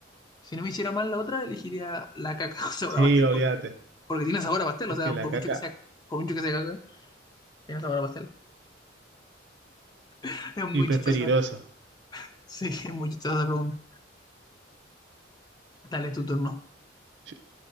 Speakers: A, on the left; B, on the right.
A: si no me hiciera mal la otra, elegiría la caca <laughs> con sabor
B: Sí,
A: a pastel.
B: obviate.
A: Porque, porque tiene sabor a pastel.
B: Es
A: O sea,
B: que la
A: por
B: caca...
A: mucho que sea, por mucho que sea caca, tiene sabor a pastel. <laughs> Es muy
B: Y pues
A: chistosa.
B: es peligroso.
A: Sí, es muy chistosa esa pregunta. Dale tu turno.
B: Yo,